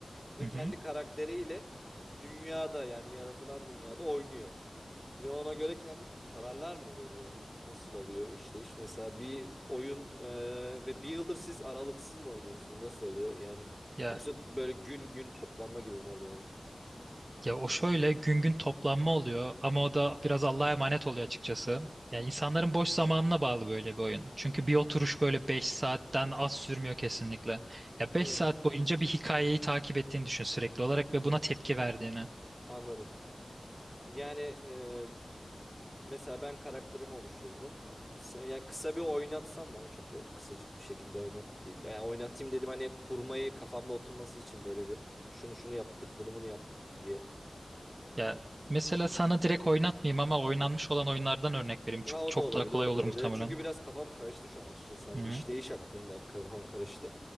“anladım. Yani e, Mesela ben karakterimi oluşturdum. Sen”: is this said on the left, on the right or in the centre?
Centre